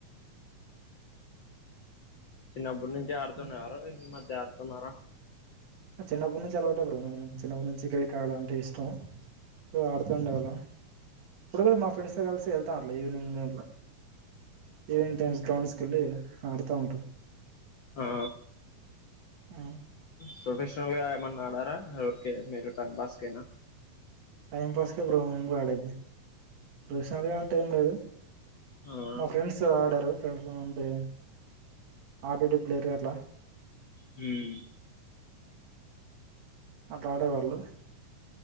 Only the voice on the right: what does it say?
ఉమ్.
చిన్నప్పుటి నుంచి అలావేటె బ్రో చిన్నప్పటి నుంచి క్రికెట్ ఆడడం అంటే ఇష్టం సో ఆడుతూ ఉండేవాళ్ళం ఇప్పుడు కూడా మా ఫ్రెండ్స్ తోకలిసి వెళ్తా ఉం ఇట్లా ఈవినింగ్ట్ ఈవినింగ్ టైమ్స్ గ్రౌండ్స్ కెల్లి ఆడుతా ఉంటాం
ఆ,
టైం పాస్ కె బ్రో మేము కూడా ఆడేది ప్రొఫెషనల్గా అంటె ఏం లేదు
మా ఫ్రెండ్స్ ఆడరు ఫ్రెండ్స్ తో ఉంటే ఆడిటి ప్లేయర్ అట్లా
అట్లాడేవాళ్ళు